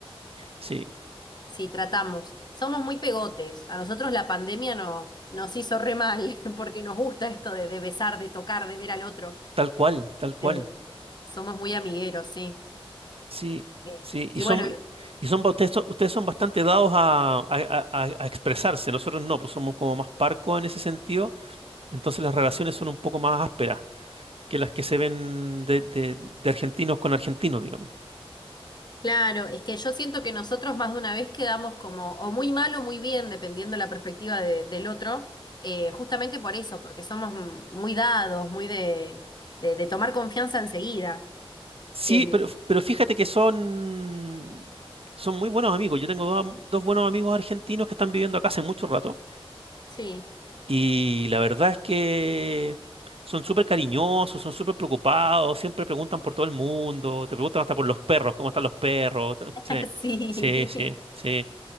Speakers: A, on the right; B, on the left.
A: Sí,
B: Sí, tratamos. Somos muy pegotes. A nosotros la pandemia nos, nos hizo re mal, <laughs> porque nos gusta esto de, de besar, de tocar, de ver al otro.
A: tal cual, tal cual.
B: Eh, somos muy amigueros, sí.
A: Sí,
B: Sí.
A: sí, y
B: Y
A: son,
B: bueno,
A: y son, ba- ustedes, son, ustedes son bastante dados a, a- a- a- a expresarse, nosotros no, pues somos como más parcos en ese sentido, entonces las relaciones son un poco más ásperas que las que se ven de, de- de argentinos con argentinos, digamos.
B: claro, es que yo siento que nosotros más de una vez quedamos como o muy mal o muy bien, dependiendo la perspectiva de- del otro, eh, justamente por eso, porque somos m- muy dados, muy de, de, de tomar confianza enseguida.
A: Sí,
B: Que, en-
A: pero, Sí. pero fíjate que son, son muy buenos amigos, yo tengo dos, am- dos buenos amigos argentinos que están viviendo acá hace mucho rato.
B: sí,
A: Y la verdad es que son súper cariñosos, son súper preocupados, siempre preguntan por todo el mundo, te preguntan hasta por los perros, cómo están los perros. <laughs>
B: <laughs>
A: t-
B: sí.
A: Sí, sí, sí, sí.